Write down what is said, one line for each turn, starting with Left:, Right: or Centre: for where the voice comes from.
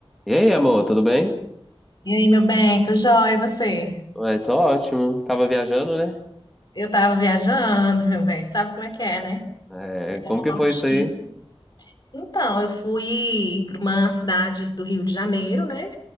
Centre: E aí, amor, tudo bem?
Left: E aí, meu bem, tô jóia, e você?
Centre: Ué, tô ótimo. Tava viajando, né?
Left: Eu tava viajando, meu bem, sabe como é que é, né?
Centre: É,
Left: Tem que
Centre: como
Left: dar uma
Centre: que
Left: voltinha.
Centre: foi isso aí?
Left: Então, eu fui para uma cidade do Rio de Janeiro, né?